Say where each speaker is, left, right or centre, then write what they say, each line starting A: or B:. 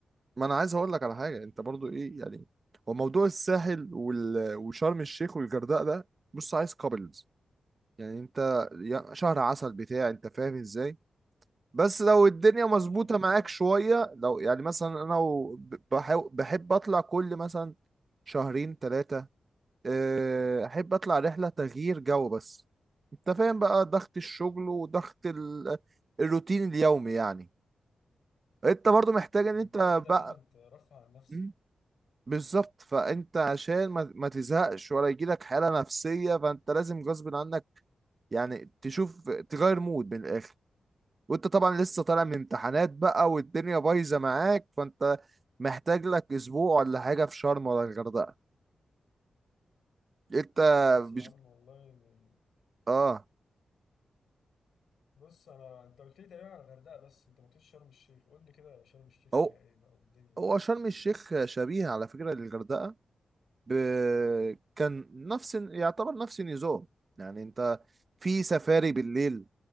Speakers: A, on the right; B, on the left.
A: ما انا عايز اقول لك على حاجه انت برضو ايه يعني هو موضوع الساحل وال... وشرم الشيخ والغردقه ده بص عايز كابلز يعني انت يا- شهر عسل بتاع انت فاهم ازاي بس لو الدنيا مظبوطه
B: ايوه بالظبط
A: معاك شويه لو يعني مثلا انا و- ب- بحاو- بحب اطلع كل مثلا شهرين ثلاثه آه، احب اطلع رحله تغيير جو بس انت فاهم بقى ضغط الشغل وضغط ال- الروتين اليومي يعني انت برضو محتاج ان انت
B: كده كده
A: بقى
B: لازم ترفع عن نفسك
A: مم، بالظبط فانت عشان ما, ما تزهقش ولا يجيلك حاله نفسيه فانت لازم غصب عنك يعني تشوف تغير مود من الاخر وانت طبعا لسه طالع من امتحانات بقى والدنيا بايظه معاك فانت محتاج لك اسبوع ولا حاجه في شرم ولا الغردقه انت
B: بس
A: مش
B: يا عم والله يعني-
A: اه
B: بص انا انت قلت لي تقريبا على الغردقه بس انت ما قلتليش شرم الشيخ قول لي كده شرم الشيخ فيها
A: اهو
B: ايه بقى والدنيا
A: هو شرم الشيخ شبيه على فكرة للغردقة ب... كان نفس يعتبر نفس النظام يعني انت في سفاري بالليل